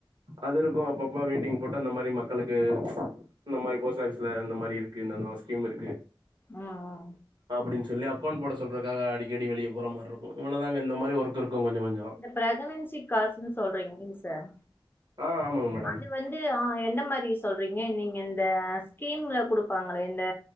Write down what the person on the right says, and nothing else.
அது இருக்கு அப்பப்ப மீட்டிங் போட் டு அந்த மாரி மக்களுக்கு இந்த மாரி போஸ்ட் ஆபிஸ்ல இந்த மாரி இருக்கு இந்தந்த ஸ்கீம் இருக்கு
அப்படின்னு சொல்லி அக்கொண்ட் போட சொல்றதுக்காக அடிக்கடி வெளிய போற மாரி இருக்கு இவளதாங்க இந்த மாரி ஒர்க் இருக்கு கொஞ்ச கொஞ்சோ
ஆ ஆமாங்க மேடம்